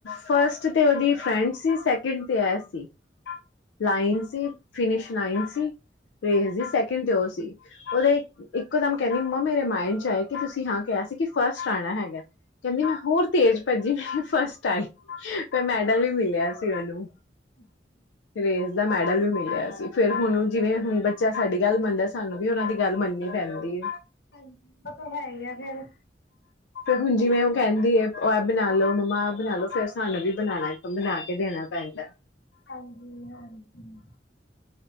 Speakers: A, on the left; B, on the left.
A: ਫਸਟ ਤੇ ਉਹਦੀ ਫਰੈਂਡ ਸੀ ਸੈਕਿੰਡ ਤੇ ਐ ਸੀ। ਲਾਈਨ ਸੀ ਫਿਨਿਸ਼ ਲਾਈਨ ਸੀ ਰੇਸ ਸੀ
B: ਹਾਂਜੀ
A: ਸੈਕਿੰਡ ਤੇ ਉਹ ਸੀ। ਉਹਦੇ ਇੱਕੋ ਦਮ ਕਹਿੰਦੀ ਮੰਮਾ ਮੇਰੇ ਮਾਇੰਡ ਚ ਆਇਆ ਸੀ ਕਿ ਤੁਸੀਂ ਹਾਂ ਕਿਹਾ ਸੀ ਕਿ ਫਸਟ ਆਉਣਾ ਹੈਗਾ। ਕਹਿੰਦੀ ਮੈਂ ਹੋਰ ਤੇਜ਼ ਭੱਜੀ। ਫਸਟ ਆਈ ਫੇਰ ਮੈਡਲ ਵੀ ਮਿਲਿਆ ਸੀ ਉਹਨੂੰ।
B: ਅੱਛਾ
A: ਰੇਸ ਦਾ ਮੈਡਲ ਵੀ ਮਿਲਿਆ ਸੀ। ਫੇਰ ਹੁਣ ਜਿਵੇਂ
B: ਹਾਂਜੀ
A: ਹੁਣ ਬੱਚਾ ਸਾਡੀ ਗੱਲ ਮੰਨਦਾ ਸਾਨੂੰ ਵੀ ਉਹਨਾਂ ਦੀ ਗੱਲ ਮੰਨਨੀ ਪੈਂਦੀ ਹੈ।
B: ਹਾਂਜੀ ਉਹ ਤੇ ਹੈ ਹੀ ਆ ਫੇਰ।
A: ਫੇਰ ਹੁਣ ਜਿਵੇਂ ਉਹ ਕਹਿੰਦੀ ਹੈ ਐ ਬਣਾ ਲੋ ਮੰਮਾ ਆ ਬਣਾ ਲੋ ਫੇਰ ਸਾਨੂੰ ਵੀ ਬਣਾ ਕੇ ਦੇਣਾ ਪੈਂਦਾ।
B: ਹਾਂਜੀ-ਹਾਂਜੀ